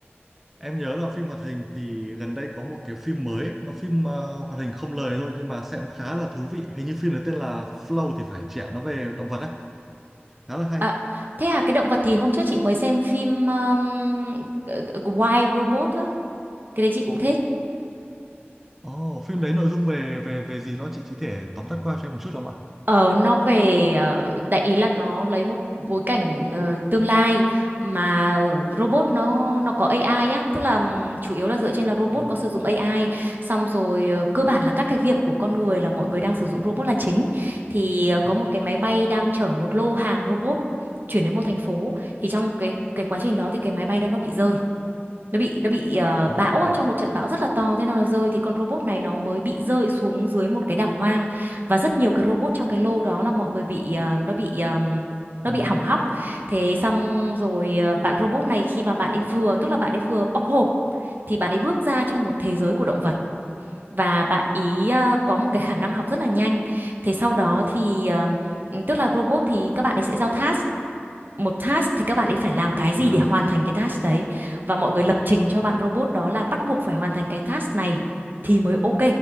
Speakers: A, in the centre; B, on the right.
A: Em nhớ là phim hoạt hình thì gần đây có một cái phim mới, nó phim ờ, hoạt hình không lời thôi nhưng mà xem khá là thú vị. Hình như phim đấy tên là Flow thì phải chị ạ, nó về động vật á, khá là hay.
B: À, thế à cái động vật thì hôm trước chị mới xem phim um, ờ, ờ, Wild Robot á. Cái đấy chị cũng thích.
A: Ồ, phim đấy nội dung về về về gì đó chị chỉ thể tóm tắt qua cho em một chút được không ạ?
B: Ờ, nó về ờ, đại ý là nó lấy một bối cảnh ờ, tương lai mà robot nó nó có AI á, tức là ừm, chủ yếu là dựa trên là robot
A: À,
B: có sử dụng AI, xong rồi ờ, cơ bản là các cái việc của con người là mọi người đang sử dụng robot là chính. Thì ờ, có
A: à,
B: một cái máy bay đang chở một lô hàng robot chuyển đến một thành phố thì trong cái cái quá trình đó thì cái máy bay đó nó bị rơi nó bị nó bị ờ,
A: à,
B: bão ạ, trong một trận bão rất là to thế nó rơi thì con robot này nó mới bị rơi xuống dưới một cái đảo hoang và rất nhiều cái robot trong cái lô đó là mọi người bị ờ, nó bị ờm, nó
A: ừ,
B: bị hỏng hóc thế xong rồi ờ, bạn robot này khi mà bạn ấy vừa tức là bạn ấy vừa bóc hộp thì bạn ấy bước ra trong một thế giới của động vật và bạn ý ờ, có một cái khả năng học rất là nhanh thế sau đó thì ờ, tức là robot thì các bạn ấy sẽ giao task một task thì các bạn ấy phải làm cái gì
A: và,
B: để hoàn thành cái task đấy và mọi người lập trình cho
A: à,
B: bạn robot đó là bắt buộc phải hoàn thành cái task này thì mới ok